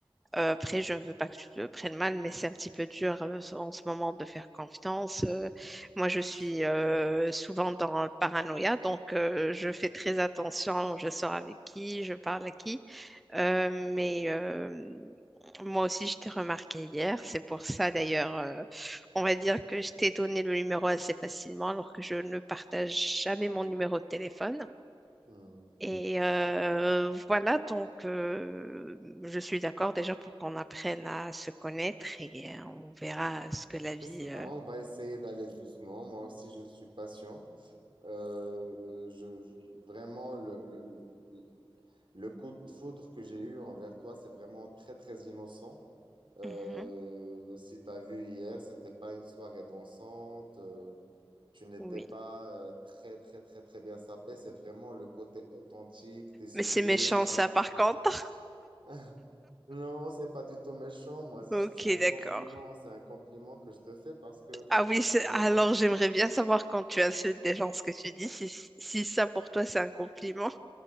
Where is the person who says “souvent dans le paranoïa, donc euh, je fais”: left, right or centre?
Centre